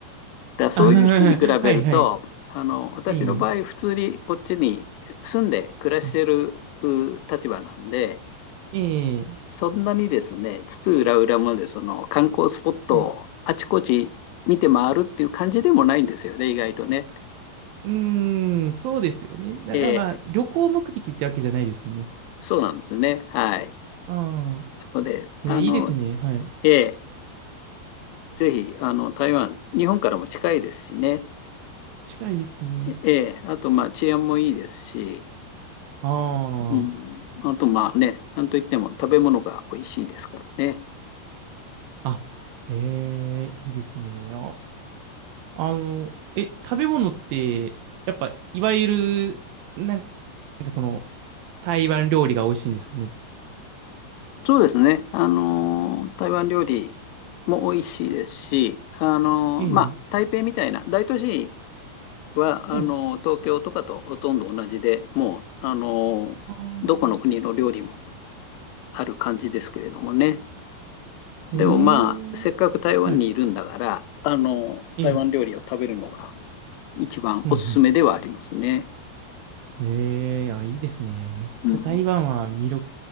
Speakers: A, on the right; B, on the left.
A: <laughs>
B: だからそういう人に比べると、
A: あははははい、はい。
B: あの、私の場合、
A: ええ、
B: 普通にこっちに住んで暮らしてる
A: うん
B: 立場なんで、
A: ええ、
B: そんなにですね、津々浦々までその観光スポットをあちこち見て回るっていう感じでもないんですよね、
A: はい
B: 意外とね。
A: うーん、そうですよね。だだまあ、
B: えー
A: 旅行目的ってわけじゃないですもんね。
B: そうなんですね。はい。
A: ああ、
B: なので、
A: えーいいですね。
B: あの、
A: はい。
B: えーぜひ、あの、台湾、日本からも近いですしね。
A: 近いですね。
B: えーあと、まあ、治安もいいですし、
A: あ
B: うん、あと、まあね、なんといっても食べ物が美味しいですからね。
A: あ、あ、えー、いいですね。あ、あの、え、食べ物って、やっぱ、いわゆる、なんなんかその、台湾料理が美味しいんですかね。
B: そうですね。あのー、台湾料理も美味しいですし、あのー、
A: ええ、
B: まあ、台北みたいな大都市は、
A: はい。
B: あのー、東京とかとほとんど同じで、もう、あのー、
A: ああ、
B: どこの国の料理もある感じですけれどもね。でもまあ、
A: うー
B: せっかく台湾にいるんだから、
A: ん。はい。
B: あのー、
A: ええ、
B: 台湾料理を食べるのが一番おすすめではありますね。
A: うんうん。ええ、あ、いいですね。めっちゃ台湾は魅力
B: うん。